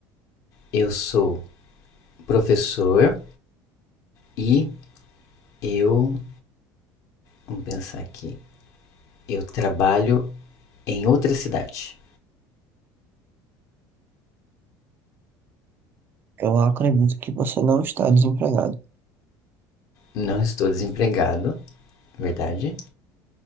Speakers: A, on the left; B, on the right.
A: eu sou professor, E eu, vamos pensar aqui, eu trabalho em outra cidade.
B: Eu acredito que você não está desempregado.
A: Não estou desempregado, verdade?